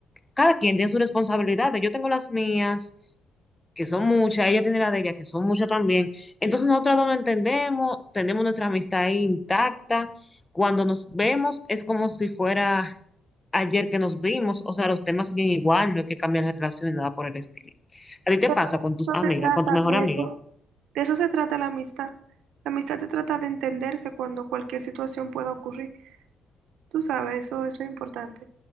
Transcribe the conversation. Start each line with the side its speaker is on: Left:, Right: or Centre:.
Left: cada quien tiene sus responsabilidades. Yo tengo las mías que son muchas, ella tiene la de ella, que son muchas también. Entonces nosotras dos nos entendemos, tenemos nuestra amistad ahí intacta. Cuando nos vemos es como si fuera ayer que nos vimos, o sea, los temas siguen igual, no hay que cambiar la relación ni nada por el estilo. ¿A ti te
Right: Pero
Left: pasa con
Right: de
Left: tus
Right: eso
Left: amigas,
Right: se trata,
Left: con tu mejor
Right: de
Left: amiga?
Right: eso, de eso se trata la amistad. La amistad se trata de entenderse cuando cualquier situación pueda ocurrir. Tú sabes, eso, eso es importante.